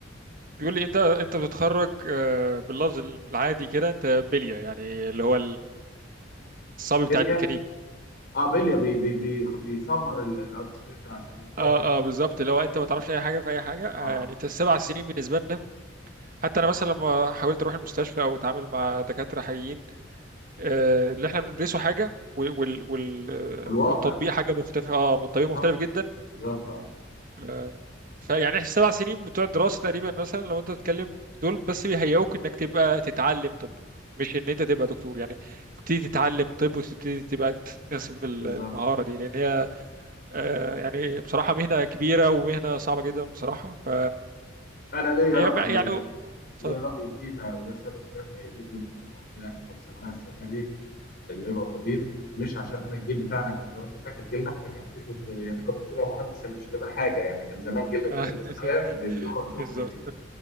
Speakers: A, on the right (about 45°); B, on the left (about 55°).
A: بيقول لي انت انت بتتخرج آه، باللفظ العادي كده انت بليه يعني اللي هو الصبي
B: بليا
A: بتاع الميكانيك
B: اه بليا بي بي بي بيصغر الارتسبيشن عشان يوضح
A: اه اه بالظبط لو انت ما تعرفش اي حاجه في اي حاجه آه،
B: اه
A: يعني أنت السبع سنين بالنسبه لنا حتى انا مثلا لما حاولت اروح المستشفى او اتعامل مع دكاتره حقيقيين آه، اللي احنا بندرسه حاجه وال وال وال- آه،
B: والواقع
A: والتطبيق حاجه مختلفه اه والتطبيق مختلف
B: بالظبط
A: جدا
B: بالظبط اه
A: آه، فيعني احنا السبع سنين بتوع الدراسه تقريبا مثلا لو انت تتكلم دول بس بيهيئوك انك تبقى تتعلم طب مش ان انت تبقى دكتور يعني تبتدي تتعلم طب وتبتدي تبقى تكتسب المهاره
B: بالظبط
A: دي لان هي آه، يعني بصراحة مهنة كبيرة ومهنة صعبة جدا بصراحة ف
B: انا ليا
A: هي
B: راي
A: م- يعني اتفضل
B: ليا راي فيها وده سبب دافعي لابني زي ما قلت لك وسمناه السنه دي اللي هو طبيب مش عشان انا الجيل بتاعنا كان زي ما انت فاكر جيلنا احنا كان فكره يا تبقى دكتور يا مهندس يا مش هتبقى حاجه يعني كان زمان جيلنا بيتقال
A: آه،
B: لنا
A: <laughs>
B: ايام الجمله
A: بالظبط
B: دي